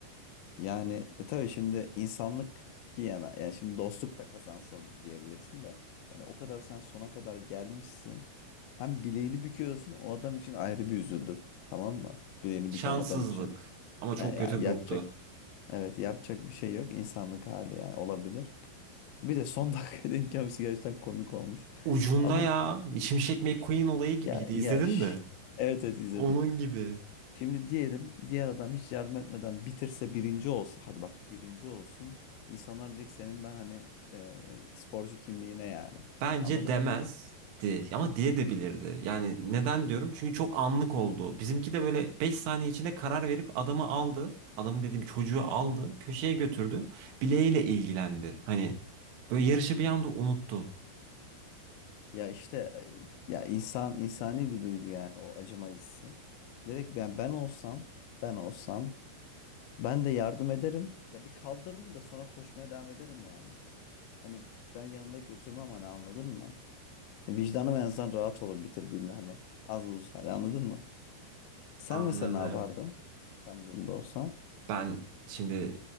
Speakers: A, on the left; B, on the right.
A: Yani e tabii şimdi insanlık bir yana yani şimdi dostluk da kazansın diyebilirsin de yani o kadar sen sona kadar gelmişsin. Hem bileğini büküyorsun o adam için ayrı bir üzüldüm. Tamam mı? Bileğini
B: Şanssızlık.
A: büken adam için.
B: Ama çok
A: E, ya
B: kötü
A: yapacak
B: burktu.
A: evet yapacak bir şey yok insanlık hali yani olabilir. Bir de son dakika <laughs> denk gelmesi gerçekten komik olmuş.
B: Ucunda
A: Ama
B: ya. Şimşek McQueen olayı gibiydi.
A: ya
B: İzledin
A: ya şş,
B: mi?
A: evet evet izledim.
B: Onun gibi.
A: Şimdi diyelim diğer adam hiç yardım etmeden bitirse birinci olsa hadi bak birinci olsun insanlar diyecek senin ben hani e, sporcu kimliğine yani
B: Bence
A: anladın
B: demezdi.
A: mı?
B: Ama diye de bilirdi. Yani neden diyorum? Çünkü çok anlık oldu. Bizimki de böyle 5 saniye içinde karar verip adamı aldı. Adamı dediğim çocuğu aldı. Köşeye götürdü. Bileğiyle ilgilendi. Hani böyle yarışı bir anda unuttu.
A: Ya işte e, ya insan insani bir duygu yani o acıma hissi. Direkt ben ben olsam ben olsam ben de yardım ederim ya bir kaldırırım da sonra koşmaya devam ederim yani. Hani ben yanımda götürmem hani anladın mı? Vicdanım en azından rahat olur bitirdiğimde hani az buz hani anladın mı? Sen
B: Anladım.
A: mesela ne yapardın? Sen bu durumda olsan.
B: Ben şimdi